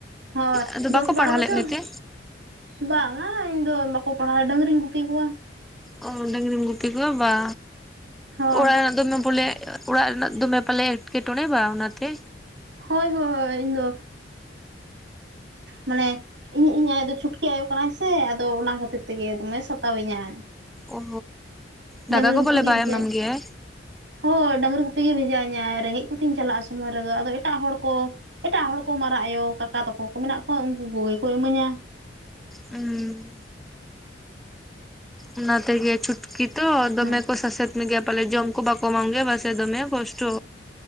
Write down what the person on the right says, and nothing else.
ᱦᱳᱭ
ᱫᱚᱥ
ᱵᱟᱨᱚ
ᱵᱚᱪᱷᱚᱨ
ᱵᱟᱝᱟ-ᱟ ᱤᱧ ᱫᱚ ᱵᱟᱠᱚ ᱯᱟᱲᱦᱟᱣ ᱰᱟᱹᱝᱨᱤᱧ ᱜᱩᱯᱤ ᱠᱚᱣᱟ
ᱦᱳᱭ
ᱦᱳᱭ ᱦᱳᱭ ᱤᱧ ᱫᱚ ᱢᱟᱱᱮ ᱤᱧ ᱤᱧ ᱟᱭᱚ ᱫᱚ ᱪᱷᱩᱴᱠᱤ ᱟᱭᱳ ᱠᱟᱱᱟᱭ ᱥᱮ ᱟᱫᱚ ᱚᱱᱟ ᱠᱷᱟᱹᱛᱤᱨ ᱛᱮᱜᱮ ᱫᱚᱢᱮ ᱥᱟᱛᱟᱣᱤᱧᱟᱭ
ᱰᱟᱹᱝᱨᱤ
ᱜᱩᱯᱤ
ᱜᱮ
ᱵᱷᱮᱡᱟᱭ
ᱦᱳᱭ ᱰᱟᱹᱝᱨᱤ ᱜᱩᱯᱤ ᱜᱮ ᱵᱷᱮᱡᱟᱣᱤᱧᱟᱹ ᱨᱮᱸᱜᱮᱡ ᱠᱚᱛᱮᱧ ᱪᱟᱞᱟᱜᱼᱟ ᱥᱚᱢᱚᱭ ᱨᱮᱫᱚ ᱟᱫᱚ ᱮᱴᱟᱜ ᱦᱚᱲ ᱠᱚ ᱮᱴᱟᱜ ᱦᱚᱲ ᱠᱚ ᱢᱟᱨᱟᱜ ᱟᱭᱳ ᱠᱟᱠᱟ ᱛᱟᱠᱚ ᱠᱚ ᱢᱮᱱᱟᱜ ᱠᱚᱣᱟ ᱩᱱᱠᱩ ᱠᱚᱜᱮ ᱠᱚ ᱤᱢᱟᱹᱧᱟ
ᱦᱳᱭ